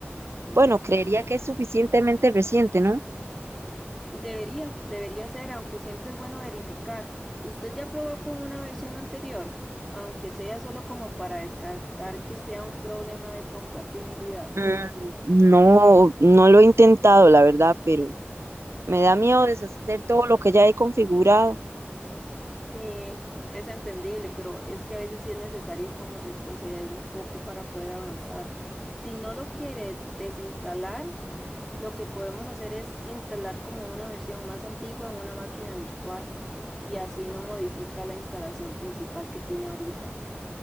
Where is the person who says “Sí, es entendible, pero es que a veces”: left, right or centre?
Centre